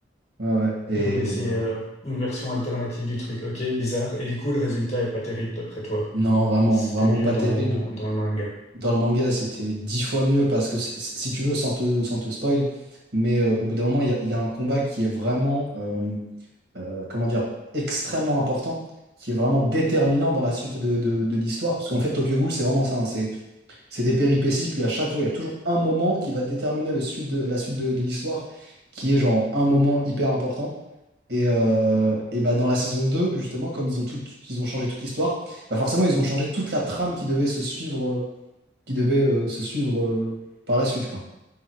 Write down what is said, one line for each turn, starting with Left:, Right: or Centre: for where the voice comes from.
Right: Ouais, ouais. Et
Left: Ils voulaient essayer
Right: bah,
Left: euh, une version alternative du truc. Ok, bizarre. Et du coup, le résultat est pas terrible d'après toi.
Right: non, vraiment,
Left: C'était
Right: vraiment
Left: mieux
Right: pas
Left: dans,
Right: terrible.
Left: dans le manga.
Right: Dans le manga, c'était dix fois mieux parce que, c'est- c'est- si tu veux, sans te, sans te spoil, mais euh, au bout d'un moment, il y a, il y a un combat qui est vraiment, euh, euh, comment dire, extrêmement important, qui est vraiment déterminant dans la suite de, de- de l'histoire. Parce qu'en fait, Tokyo Ghoul, c'est vraiment ça. hein, c'est, c'est des péripéties, puis à chaque fois, il y a toujours un moment qui va déterminer le suite de, la suite de, de l'histoire, qui est genre un moment hyper important. Et, euh, et bah dans la saison 2 justement, comme ils ont tout, ils ont changé toute l'histoire, bah forcément, ils ont changé toute la trame qui devait se suivre, euh, qui devait euh, se suivre euh, par la suite, quoi.